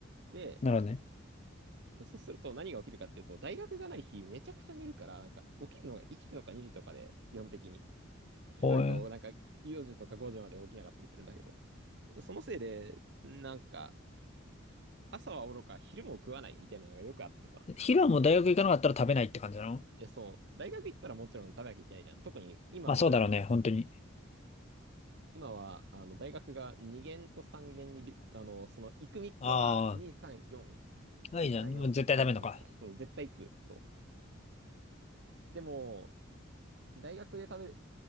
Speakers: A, on the right; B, on the left.
A: で、
B: なるほどね。
A: そうすると何が起きるかっていうと、大学がない日めちゃくちゃ寝るから、なんか起きるのが1時とか2時とかで、基本的に。ひどいと、
B: おい。
A: なんか4時とか5時まで起きなかったりするんだけど、そのせいで、なんか朝はおろか昼も食わないみたいなのがよくあってさ。
B: 昼はもう大学行かなかったら食べないって感じなの
A: え、そう、大学行ったらもちろん食べなきゃいけないじゃん。特に今はあれなんだよ。
B: まあそうだろうね、本当に。
A: 今は、あの、大学が2限と3限に、あの、その、行く3日は2、
B: あ
A: 3、4、
B: あ、いいじゃん。
A: 2、3、
B: もう絶対食べんのか。
A: 4、2、3だから、そう、絶対行く。そう。でも、大学で食べる、